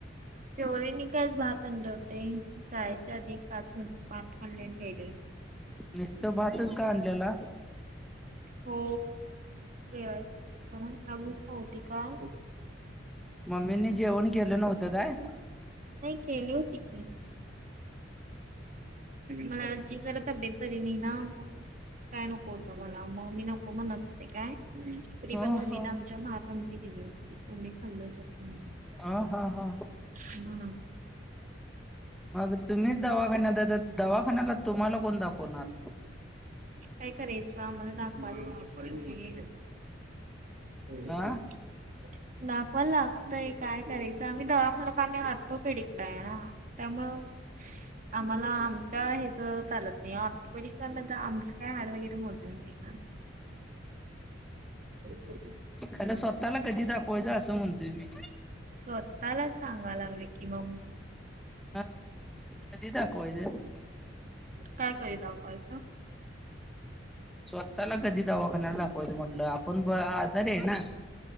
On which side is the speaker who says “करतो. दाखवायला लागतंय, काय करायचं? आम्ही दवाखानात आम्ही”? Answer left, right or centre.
Right